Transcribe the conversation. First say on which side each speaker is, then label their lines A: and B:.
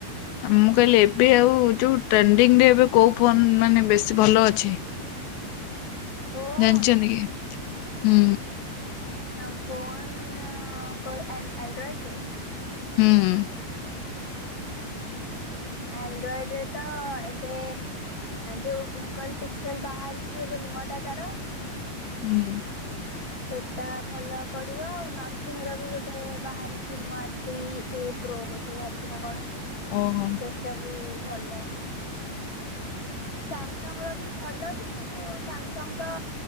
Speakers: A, on the left; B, on the left.
A: ଆ ମୁଁ କହିଲି, ଏବେ ଆଉ ଯୋଉ ଟ୍ରେଣ୍ଡିଙ୍ଗ ରେ ଏବେ କୋଉ ଫୋନ ମାନେ ବେଶୀ ଭଲ ଅଛି।
B: <unintelligible> ଫୋନ୍
A: ଜାଣିଛନ୍ତୀ କି ହୁଁ।
B: ଆଉ ଫୋନ କ ଆଣ୍ଡ ଆଣ୍ଡ୍ରଏଡ ରେ।
A: ହୁଁ
B: ଆଣ୍ଡ୍ରଏଡ ରେ ତ ଏବେ ଯୋଉ ଗୁଗଲ ପିକ୍ସଲ ବାହାରିଛି ଏବେ ନୂଆ ଟା ତାର
A: ହୁଁ
B: ସେଟା ଭଲ ପଡିବ ଆଉ ନଥିଙ୍ଗ ର ବି ଗୋଟେ ବାହାରିଛି ନୂଆ ଥ୍ରୀ ଏ ପ୍ରୋ ବୋଧେ ବାହାରିଛି ନା କଣ
A: ଓହୋ
B: ସେଟା ବି ଭଲ ସାମସଙ୍ଗ ର ବି ଭଲ ଯେ କିନ୍ତୁ ସାମସଙ୍ଗ ତ